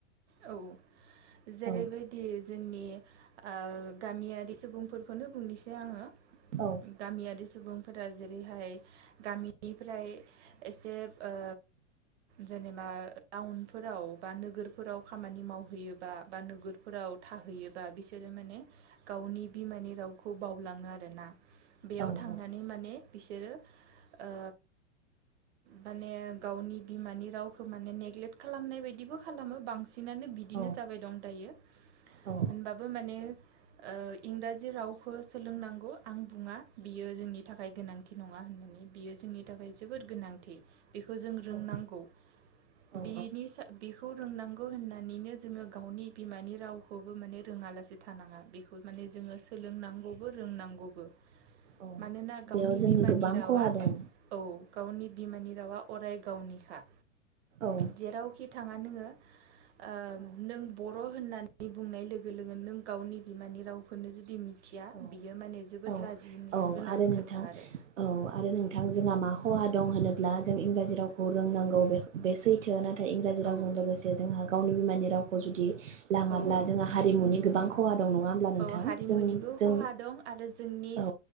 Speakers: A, on the right (about 60°); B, on the right (about 85°).
A: औ। जेरैबायदि
B: औ
A: जोंनि ओ गामिया बि सुबुंफोर। खोनो बुंनिसै आङो
B: औ
A: गामियारि सुबुंफोरा जेरैहाय गामिनिफ्राय एसे ओ जेनेबा टाउनफोराव बा नोगोर। फोराव खामानि मावहैयोबा बा नोगोर। फोराव थाहैयोबा बिस बिसोरो माने गावनि बिमानि रावखौ बावलाङो आरो ना। बेयाव
B: औ
A: थांनानै माने बिसोरो ओ माने गावनि बिमानि रावखौ माने नेग्लेक्ट खालामनाय बायदिबो खालामो बां बांसिनानो बिदिनो
B: औ
A: जाबाय दं दायो
B: औ
A: होनबाबो माने ओ इंराजि राव बो सोलोंनांगौ गौ आं बुङा बियो जोंनि थाखाय गोनांथि नङा होननानै बियो जोंनि थाखाय जोबोद गोनांथि बेखौ जों रोंनांगौ
B: औ औ
A: बिनिसो बेखौ रोंनां होननानैनो जोङो गावनि बिमानि रावखौबो माने रोङालासे थानाङा बेखौ माने जोङो सो सोलोंनांगौबो रोंनांगौबो
B: औ
A: मानोना गावनि
B: बेयाव जोंनि
A: बिमानि
B: गोबां
A: रावा
B: खहा दं
A: औ गावनि बिमानि रावा अराय गावनिखा।
B: औ
A: जेरावखि थाङा नोङो ओ
B: औ
A: नों ब बर' होननानै बुंनाय लोगो लोगोन नों गावनि बिमानि रावखौनो जुदि मिथिया
B: औ
A: बियो माने जोबोद
B: औ
A: लाजिनो
B: औ
A: गोनां
B: आरो नोंथां
A: खोथा आरो
B: औ आरो नोंथां जोंहा मा खहा दं होनोब्ला जों इंराजि रावखौ रोंनांगौ बे बे सैथो नाथा इंराजि
A: औ
B: रावजों लोगोसे जोंहा गावनि बिमानि रावखौ जुदि लाङाब्ला
A: औ
B: जोङो हारिमुनि गोबां ख दं नङा होमब्ला नोंथां
A: औ हारिमुनिबो
B: जों
A: खहा दं आरो जोंनि
B: औ